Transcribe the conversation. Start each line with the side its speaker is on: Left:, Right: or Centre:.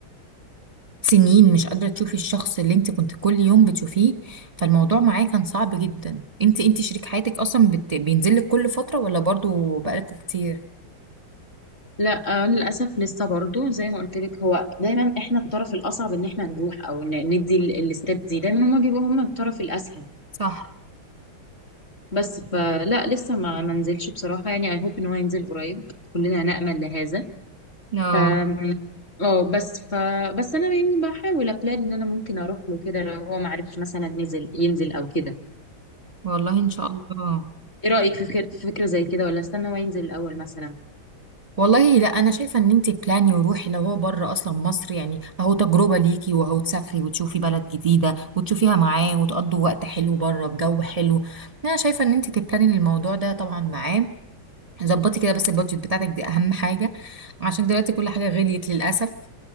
Right: سنين مش قادرة تشوفي الشخص اللي انت كنت كل يوم بتشوفيه فالموضوع معاه كان صعب جدا انت انت شريك حياتك اصلا بت... بينزل لك كل فترة ولا برضو بقالكوا كتير
Left: لا آه للاسف لسه برضو زي ما قلت لك هو دايما احنا الطرف الاصعب ان احنا نروح او ن- ندي ال- الستيب دي دايما هما بيبقوا هما الطرف الاسهل
Right: صح
Left: بس فلا لسه ما منزلش بصراحه يعني اي هوب ان هو ينزل قريب كلنا نامل لهذا
Right: لا
Left: ف اه بس ف بس انا يعني بحاول ابلان ان انا ممكن اروح له كده لو هو ما عرفش مثلا نزل ينزل او كده
Right: والله ان شاء الله
Left: ايه رأيك في فكرة في فكرة زي كده ولا استنى هو ينزل الأول مثلا
Right: والله لا انا شايفه ان انت بلاني وروحي لو هو بره اصلا مصر يعني اهو تجربه ليكي وهو تسافري وتشوفي بلد جديده وتشوفيها معاه وتقضوا وقت حلو بره بجو حلو انا شايفه ان انت تبلاني الموضوع ده طبعا معاه ظبطي كده بس البادجت بتاعتك دي اهم حاجه عشان دلوقتي كل حاجه غليت للاسف